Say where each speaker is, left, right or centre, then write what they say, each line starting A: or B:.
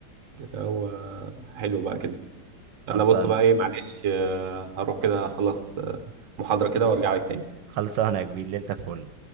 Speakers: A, on the right (about 50°); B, on the right (about 80°).
A: هو حلو بقى كده انا
B: خلصانة
A: بص بقى ايه معلش آه، هروح كده اخلص آه، محاضرة كده وارجع لك تاني
B: خلصانة يا كبير ليلتك فل